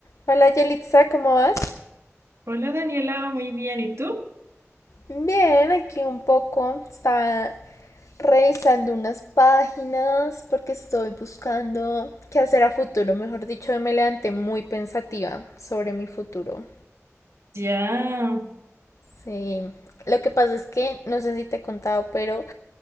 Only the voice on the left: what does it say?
Hola Yelitza, ¿cómo vas?
Bien, aquí un poco. Estaba revisando unas páginas porque estoy buscando qué hacer a futuro. Mejor dicho, me levanté muy pensativa sobre mi futuro.
Sí. Lo que pasa es que, no sé si te he contado, pero